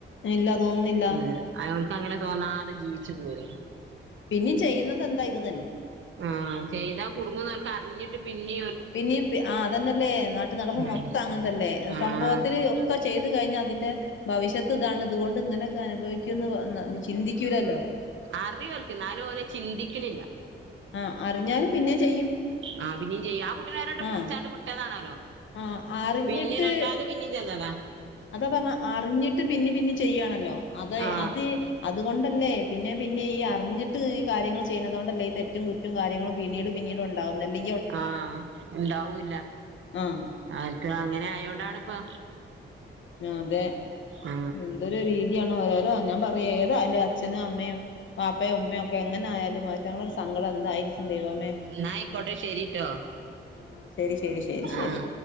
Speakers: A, on the left; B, on the right.
A: ഇല്ല തോന്നുന്നില്ല
B: ഉം ഓൽക്ക് അങ്ങനെ തോന്നാതെ ജീവിച്ചു പോഴി
A: പിന്നീം ചെയ്യുന്നതന്താ ഇത് തന്നെ
B: ആഹ് ചെയ്താ കുടുങ്ങുന്നോൽക്കർഞ്ഞിട്ട് പിന്നി
A: പിന്നീം ആ അതന്നെല്ലേ നാട്ട്നടപ്പ്
B: ഉം
A: മൊത്തം അങ്ങൻത്തല്ലേ
B: ആഹ്
A: സംഭവത്തില് ഒക്കെ ചെയ്തു കഴിഞ്ഞാ അതിന്റെ ഭവിഷത്ത് ഇതാണ്തുകൊണ്ട് ഇങ്ങനെക്കെനുഭവി <unintelligible> ചിന്തിക്കൂലല്ലോ
B: അറിയൊൽക്ക് ന്നാലും ഓല് ചിന്തിക്ക്ണില്ല
A: ആഹ് അറിഞ്ഞാലും പിന്നെം ചെയ്യും
B: ആഹ് പിന്നീം ചെയ്യ ആ കുട്ടിയളെ ഒരട്ടം
A: ആഹ്
B: പുട്ച്ചാണ്ട് വിട്ടതാണാലോ
A: ആഹ് അറിഞ്ഞിട്ട്
B: പിന്നീം രണ്ടാമത് പിന്നിം ചെന്നതാ
A: അതാ പർഞ്ഞെ അറിഞ്ഞിട്ട് പിന്നീം പിന്നീം ചെയ്യാണല്ലോ അത്
B: ആ
A: അത് അതുകൊണ്ടല്ലേ പിന്നെ പിന്നീംഈ അറിഞ്ഞിട്ട് ഈ കാര്യങ്ങൾ ചെയ്യുന്നതോണ്ടല്ലേ ഈ തെറ്റും കുറ്റം <unintelligible> കാര്യങ്ങളും പിന്നീട് പിന്നീട് ഉണ്ടാവകുന്നല്ലേ
B: ആഹ് ഉണ്ടാവൂല്ല
A: ആഹ്
B: അരിക് അങ്ങനെ ആയോണ്ടാണിപ്പൊ
A: അതെ
B: ആ
A: എന്തൊരു രീതിയാണോ ഞാൻ പറയെ ഏതായാലും അച്ഛനും അമ്മയും വാപ്പയോ ഉമ്മയൊക്കെ എങ്ങനെ ആയാലും അയിറ്റങ്ങളെ ഒരു സങ്കടം എന്തായി ദൈവമേ
B: എന്നാ ആയിക്കോട്ടെ ശരിട്ടോ
A: ആഹ് ശരി ശരി ശരി ശരി
B: ആ